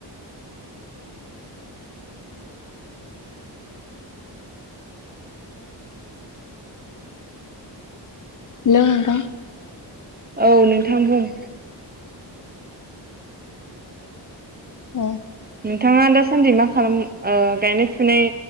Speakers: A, on the left; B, on the right.
A: हेलौ नोंथां
B: औ नोंथां बुं
A: औ
B: नोंथाङा दासान्दि मा खालाम ओ गायनाय फुनाय